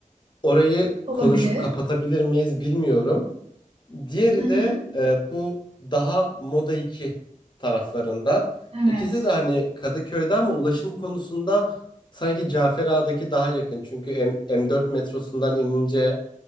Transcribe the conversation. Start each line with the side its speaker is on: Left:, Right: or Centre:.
Left: Orayı
Right: Olabilir.
Left: konuşup kapatabilir miyiz bilmiyorum. Diğeri
Right: Hı hı.
Left: de e, bu daha Moda 2 taraflarında.
Right: Evet.
Left: İkisi de hani Kadıköy'de ama ulaşım konusunda sanki Cafer Ağa'daki daha yakın. Çünkü M- M4 metrosundan inince